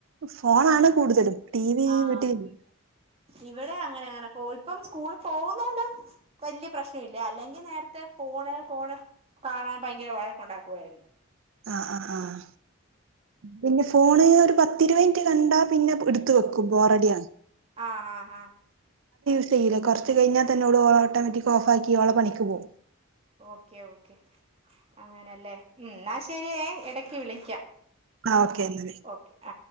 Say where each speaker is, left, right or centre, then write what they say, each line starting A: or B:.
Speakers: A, on the right (about 65°); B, on the right (about 30°).
A: ഫോണാണ് കൂടുതലും ടി വി
B: ആഹ്
A: വീട്ടിലില്ല-
B: ഇവിടെ അങ്ങനെ അങ്ങനെ പോ ഇപ്പം സ്കൂളിൽ പോവുന്നോണ്ട് വല്ല്യ- പ്രശ്നം ഇല്ല അല്ലെങ്കി നേരത്തെ ഫോണ് ഫോണ് കാണാൻ ഭയങ്കര വഴക്ക് ഉണ്ടാക്കുവായിരുന്നു-
A: ആഹ് ആ ആഹ് പിന്നെ ഫോണ് ഒര്- പത്തിരുവനിറ്റ് കണ്ടാ പിന്നെ എടുത്ത് വെക്കും ബോറടിയാണ്-
B: ആഹ് ആഹ് ആഹ്-
A: <unintelligible> കൊറച്ച് കഴിഞ്ഞ തന്നെ ഓള് ഓട്ടോമാറ്റിക് ഓഫാക്കി ഓളെ പണിക്ക് പോവും.
B: ഓക്കെ ഓക്കെ അങ്ങനെല്ലേ. ഉം ന്ന ശെരിയെ ഇടക്ക് വിളിക്കാം.
A: ആഹ് ഓക്കെ എന്നാല്.
B: ഓക്കെ ആ